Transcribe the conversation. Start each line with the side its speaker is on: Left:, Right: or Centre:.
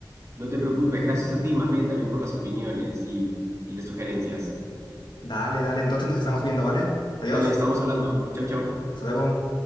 Right: no te preocupes. Gracias a ti más bien también por las opiniones y, y las sugerencias.
Left: Dale, dale, entonces nos estamos viendo, ¿vale? Adiós,
Right: Dale, estamos hablando. Chau, chau.
Left: hasta luego.